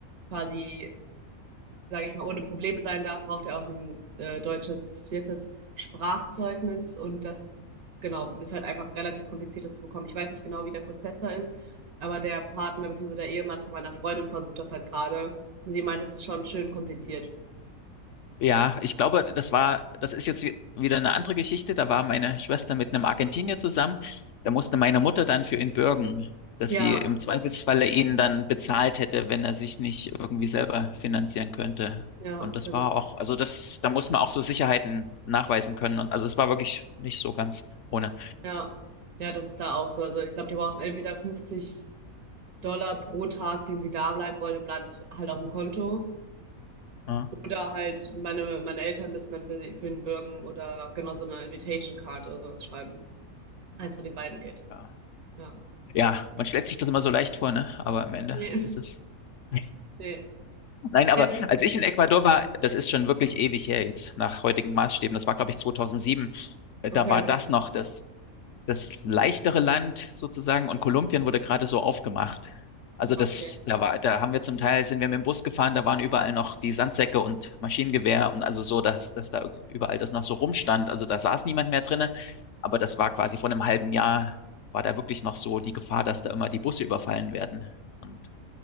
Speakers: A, on the right; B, on the left.
A: quasi sage ich mal, ohne Probleme sein darf, braucht er auch ein äh, deutsches, wie heißt das, Sprachzeugnis und das, genau, ist halt einfach relativ kompliziert, das zu bekommen. Ich weiß nicht genau, wie der Prozess da ist, aber der Partner bzw. der Ehemann von meiner Freundin versucht das halt gerade und die meint, das ist schon schön kompliziert.
B: Ja, ich glaube, das war, das ist jetzt wie- wieder eine andere Geschichte. Da war meine Schwester mit einem Argentinier zusammen. Da musste meine Mutter dann für ihn bürgen, dass
A: Ja,
B: sie im Zweifelsfalle ihn dann bezahlt hätte, wenn er sich nicht irgendwie selber finanzieren könnte.
A: ja,
B: Und das
A: genau.
B: war auch, also das, da muss man auch so Sicherheiten nachweisen können. Und also es war wirklich nicht so ganz ohne.
A: Ja, ja, das ist da auch so. Also ich glaube, die brauchen entweder 50 Dollar pro Tag, den sie da bleiben wollen im Land, halt auf dem Konto.
B: Ja,
A: Oder halt, meine, meine Eltern müssen dann für, für den bürgen oder genau so eine Invitation Card oder sowas schreiben. Eins von den beiden geht.
B: ja.
A: Ja.
B: Ja, man stellt sich das immer so leicht vor, ne? Aber am Ende
A: Nee,
B: ist es. <laughs>
A: <laughs> nee.
B: Nein, aber
A: Ja,
B: als ich in Ecuador war, das ist schon wirklich ewig her jetzt, nach heutigen Maßstäben. Das war, glaube ich, 2007. Äh,
A: okay.
B: Da war das noch das, das leichtere Land sozusagen und Kolumbien wurde gerade so aufgemacht. Also
A: Ah,
B: das,
A: Okay.
B: da war, da haben wir zum Teil, sind wir mit dem Bus gefahren, da waren überall noch die Sandsäcke und Maschinengewehr und also so, dass, dass da überall das noch so rumstand. Also da saß niemand mehr drinne, aber das war quasi vor einem halben Jahr, war da wirklich noch so die Gefahr, dass da immer die Busse überfallen werden. Und